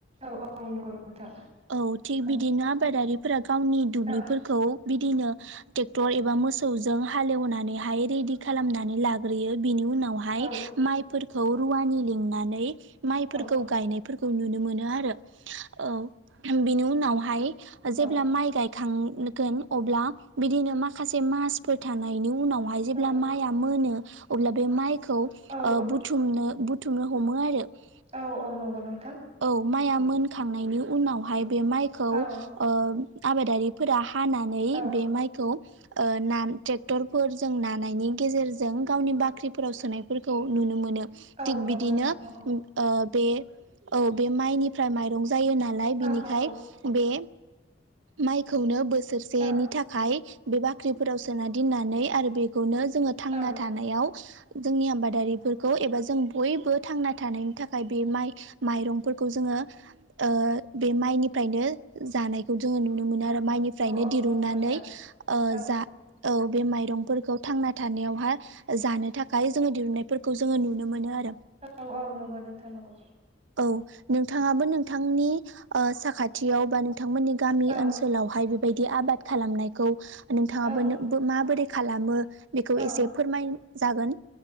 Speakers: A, on the right; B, on the right.
A: औ औ नंगौ नोंथां।
B: औ थिग
A: औ
B: बिदिनो आबादारिफोरा गावनि दुब्लिफोरखौ
A: औ
B: बि दिनो ट्रेक्टर एबा मोसौ जों हालनानै हाय रेदि खालामनानै लाग्रोयो बिनि उनावहाय
A: औ
B: माइफोरखौ रुवानि लिंनानै माइफोरखौ
A: औ
B: गायनायफोरखौ नुनो मोनो आरो औ बेनि उनावहाय जेब्ला
A: औ
B: माइ गायखांगोन अब्ला बिदिनो माखासे मास फोर थानायनि उनावहाय जेब्ला
A: औ
B: माइया मोनो अब्ला बे माइखौ खौ
A: औ
B: ओ बुथुमनो बुथुमनो हमो आरो औ।
A: औ औ नंगौ नों
B: औ माइआ मोनखांनायनि उनावहाय बे माइखौ
A: औ
B: ओ आबादारिफोरा हानानै
A: औ
B: बे माइखौ ओ ना ट्रेक्टरफोरजों नानायनि गेजेरजों गावनि बाख्रिफोराव सोनाय फोर खौ नुनो मोनो
A: औ
B: थिग
A: नंगौ
B: बिदिनो
A: नोंथां नंगौ
B: ओ बे औ बे माइनिफ्राय माइरं जायो नालाय
A: औ
B: बिनिखाय
A: औ
B: बे माइखौनो बोसोरसेनि
A: औ
B: थाखाय बे बाख्रिफोराव सोना दोननानै आरो बेखौनो जोङो थांना
A: औ
B: थानायाव जोंनि आबादारिफोरखौ एबा जों बयबो थांना थानायनि थाखाय बे माइ माइरंफोरखौ जोङो ओ बे माइनिफ्रायनो जान नायखौ जों नुनो मोनो आरो माइनिफ्रायनो
A: औ
B: दिरुननानै
A: नंगौ नोंथां
B: ओ
A: औ
B: जा औ बे माइरंफोरखौ थांना थानायावहाय जानो थाखाय जोङो दिहुननायफोरखौ जोङो नुनो मोनो आरो।
A: औ औ नंगौ नोंथां नंगौ।
B: औ नोंथाङाबो नोंथांनि ओ साखाथियाव बा नोंथांमोननि गामि
A: औ
B: ओनसोलावहाय बेबायदि आबाद खालामनायखौ नोंथाङाबो
A: औ
B: माबोरै खालामो बेखौ
A: औ औ
B: एसे फोरमाय जागोन।